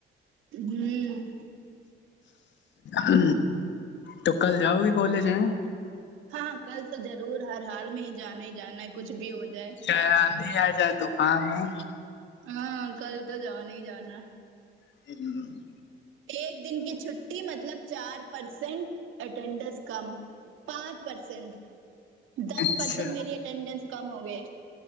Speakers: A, on the right; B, on the left.
A: جی
B: ہ تو کل جاؤ گی کالج میں
A: ہاں کل تو ضرور ہر حال میں ہی جانا ہی جانا ہے کچھ بھی ہو جائے
B: ا آندھی آ جائے طفان ہے
A: ہاں کل تو جان ہی جانا
B: <unintelligible>
A: ایک دن کی چھٹی مطلب چار پرسینٹ اٹینڈنس کم پانچ پرسنٹ دس
B: اچھا
A: پرسینٹ میری اٹینڈینس کم ہو گئے